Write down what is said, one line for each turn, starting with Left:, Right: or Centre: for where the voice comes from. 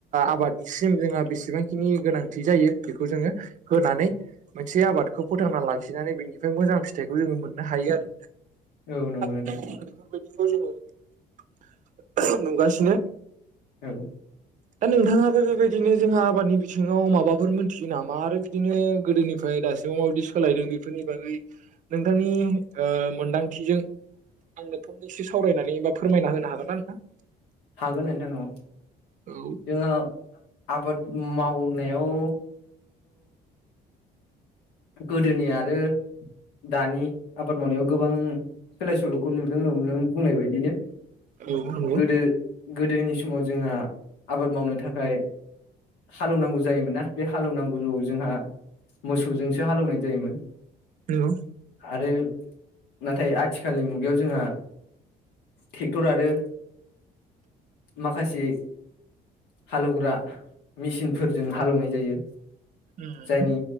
Right: आबादनिसिम जोंहा बेसेबांखिनि गोनांथि जायो बेखौ जोंङो होनानै मोनसे आबादखौ फोथांना लाखिनानै बेनिफ्राय मोजां फिथाइखौ जोंङो मोननो हायो आरो।
Left: औ नंगौ नों
Right: बेफोर बादिखौ जोंङो नुगासिनो।
Left: औ
Right: दा नोंथाङाबो बेबायदिनो जोंहा आबादनि बिथिङाव माबाफोर मोनथियो नामा आरो बिदिनो गोदोनिफ्राय दासिमाव माबायदि सोलायदों बेफोरनि बागै नोंथांनि ओ मोनदांथिजों आंनो फंमनैसो सावरायनानै फोरमायना होनो हागोन ना नोंथां?
Left: हागोन नोंथां औ।
Right: औ
Left: जोंहा आबाद मावनायावथ' गोदोनि आरो दानि आबाद मावनायाव गोबां सोलाय सोलखौ नुदों नों बुंनाय बायदिनो
Right: औ नंगौ।
Left: गोदो गोदोनि समाव जोंहा आबाद मावनो थाखाय हालौनांगौ जायोमोन ना? बे हालौवनांगौआव जोंहा मो सौजोंसो हालेवनाय जायोमोन।
Right: नंगौ
Left: आरो नाथाय आथिखालनि मुगायाव जोंहा ट्रेक्टर आरो माखासे हालेवग्रा मेसिनफोरजों हालौवनाय जायो
Right: उम।
Left: जायनि